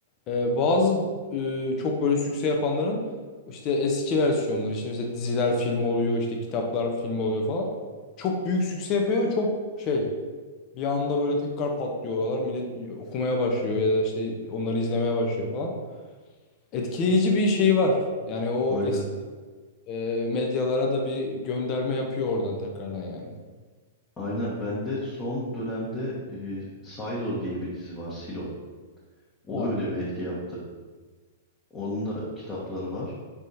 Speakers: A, on the left (about 40°); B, on the left (about 20°).
A: E, bazı e, çok böyle sükse yapanların işte eski versiyonları işte mesela diziler film oluyor işte kitaplar film oluyor falan. Çok büyük sükse yapıyor çok şey bir anda böyle tekrar patlıyor oralar. Millet okumaya başlıyor ya da işte onları izlemeye başlıyor falan etkileyici bir şey var. Yani o
B: Aynen.
A: e, medyalara da bir gönderme yapıyor oradan tekrardan yani.
B: Aynen. Ben de son dönemde e, Silo diye bir dizi var. Silo. O
A: Ha.
B: öyle bir etki yaptı. Onun da kitapları var.